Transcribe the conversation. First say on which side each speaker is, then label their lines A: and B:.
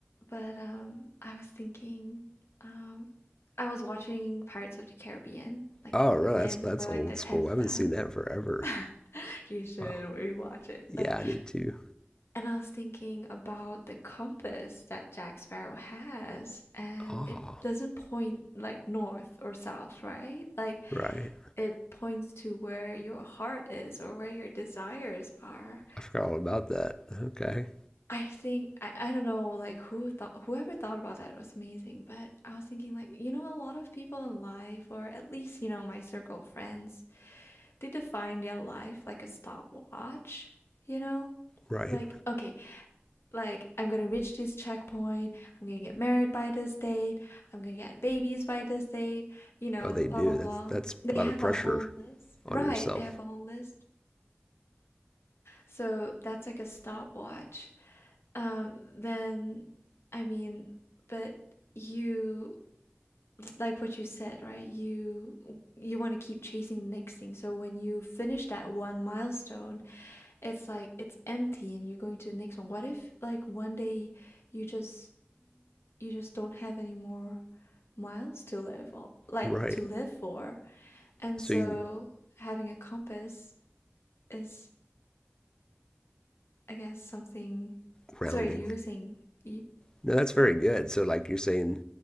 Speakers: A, on the left; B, on the left.
A: But um, I was thinking, um, I was watching Pirates of the Caribbean, like
B: Oh, really?
A: again
B: That's that's
A: for like
B: old
A: the tenth
B: school. I haven't
A: time.
B: seen that in forever.
A: <laughs> You should
B: Wow.
A: rewatch it.
B: Yeah,
A: Like,
B: I need to.
A: and I was thinking about the compass that Jack Sparrow has, and
B: Oh,
A: it doesn't point like north or south, right? Like,
B: right.
A: it points to where your heart is or where your desires are.
B: I forgot all about that. Okay.
A: I think I, I don't know like who thought whoever thought about that was amazing, but I was thinking like you know a lot of people in life or at least you know my circle of friends they define their life like a stopwatch, you know?
B: Right.
A: Like okay, like I'm gonna reach this checkpoint, I'm gonna get married by this date, I'm gonna get babies by this date, you know,
B: Oh, they do.
A: blah blah blah.
B: That's that's
A: They
B: a lot
A: have
B: of pressure
A: a whole list.
B: on
A: Right,
B: yourself.
A: they have a whole list. So that's like a stopwatch. Um, then, I mean, but you like what you said, right? You you want to keep chasing the next thing. So when you finish that one milestone, it's like it's empty, and you're going to the next one. What if like one day you just you just don't have any more miles to live or like
B: Right.
A: to live for, and
B: So
A: so
B: you
A: having a compass is I guess something.
B: grounding.
A: Sorry, you were saying. You...
B: No, that's very good. So like you're saying